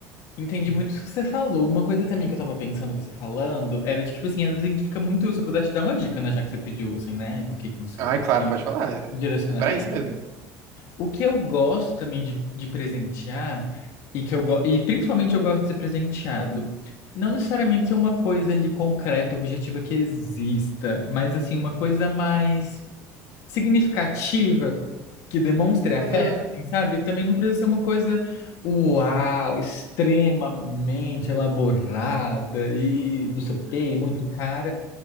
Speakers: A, on the left; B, on the right.
A: entendi muito o que você falou. Uma coisa também que eu tava pensando, você falando, era, de, tipo assim, às vezes a gente fica muito... Se eu pudesse te dar uma dica, né, já que você pediu, assim, né? O que que você...
B: Ah,
A: Pra
B: é claro,
A: te dar
B: pode
A: um
B: falar. É,
A: direcionamento.
B: é pra isso mesmo.
A: O que eu gosto também de, de presentear, e que eu go- e principalmente eu gosto de ser presenteado, não necessariamente ser uma coisa ali concreta, objetiva que exista, mas assim, uma coisa mais significativa que demonstre afeto,
B: Uhum.
A: assim, sabe? Também não precisa ser uma coisa uau, extremamente elaborada e não sei o quê, e muito cara.